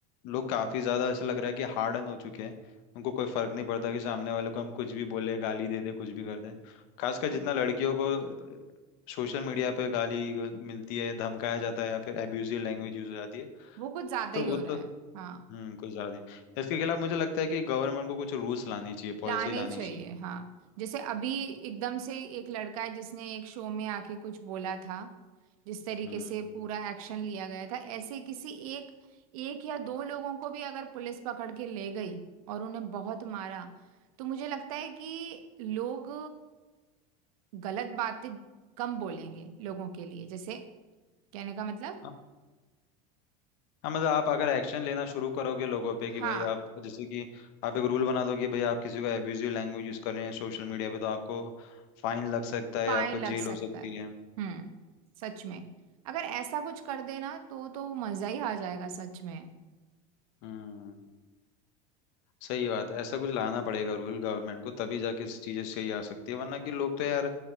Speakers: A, on the left (about 55°); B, on the right (about 80°).
A: लोग काफी ज्यादा ऐसा लग रहा है कि हार्डन हो चुके हैं उनको कोई फर्क नहीं पड़ता कि सामने वाले को हम कुछ भी बोले गाली दे दे कुछ भी कर दे खासकर
B: हाँ
A: जितना लड़कियों को सोशल मीडिया पे गाली मिलती है धमकाया जाता है या फिर एब्यूजिव लैंग्वेज
B: हम्म।
A: यूज हो जाती है
B: वो कुछ ज्यादा
A: तो
B: ही
A: वो
B: हो रहा
A: तो
B: है हाँ
A: हम्म कुछ ज्यादा ही इसके खिलाफ मुझे लगता है कि गवर्नमेंट को कुछ रूल्स लानी चाहिए पॉलिसी
B: लाने
A: लानी
B: चाहिए
A: चाहिए
B: हाँ जैसे अभी एकदम से एक लड़का है जिसने एक शो में आके कुछ बोला था जिस तरीके
A: हम्म
B: से पूरा एक्शन लिया गया था ऐसे किसी एक एक या दो लोगों को भी अगर पुलिस पकड़ के ले गई और उन्हें बहुत मारा तो मुझे लगता है कि लोग गलत बातें कम बोलेंगे लोगों के लिए जैसे कहने का मतलब
A: हम- हाँ मतलब आप अगर एक्शन लेना शुरू करोगे लोगों पे कि
B: हाँ
A: भाई आप जैसे कि आप एक रूल बना दो कि भाई आप किसी को एब्यूजिव लैंग्वेज यूज कर रहे हैं सोशल मीडिया पे तो आपको फाइन लग सकता है
B: फाइन
A: आपको
B: लग
A: जेल
B: सकता
A: हो सकती
B: है
A: है
B: हम्म सच में अगर ऐसा कुछ कर देना तो तो मजा ही आ जाएगा सच में
A: हम्म सही बात है ऐसा कुछ लाना पड़ेगा रूल गवर्नमेंट को तभी जाके इस चीजें सही आ सकती है वरना कि लोग तो यार